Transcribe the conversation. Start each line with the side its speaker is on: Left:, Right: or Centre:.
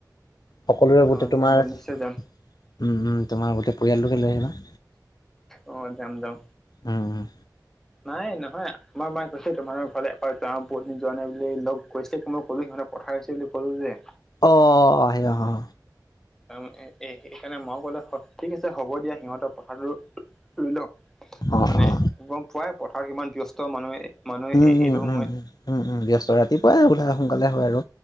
Left: সকলোৰে
Centre: অ
Left: বুতে
Centre: অ
Left: তোমাৰ
Centre: যাম যাম
Left: উম
Centre: নিশ্চয় যাম।
Left: উম তোমাৰ গোটেই পৰিয়ালটোকে লৈ আহিবা
Centre: অ যাম যাম
Left: উম উম
Centre: নাই নহয় আমাৰ মায়ে কৈছে তোমাৰ ঘৰলে এপাক যাওঁ বহুত দিন যোৱা নাই বুলি লগ কৈছে মই কলো সিহঁতক পথাৰ ৰুইছে বুলি ক'লো যে
Left: অ আহি অ অ
Centre: অ এ এ সেইকাৰণে মাও কলে ঠিক আছে হ'ব দিয়া সিহঁতৰ পথাৰটোৰ ৰুই লওক
Left: অ'
Centre: মানে
Left: অ'
Centre: গম পোৱাই পথাৰ কিমান ব্যস্ত মানুহে মানুহে
Left: উম
Centre: এই
Left: উম
Centre: এইটো সময়ত
Left: উম উম উম উম ব্যস্ত ৰাতিপুৱাই ওলাই সোনকালে হয় আৰু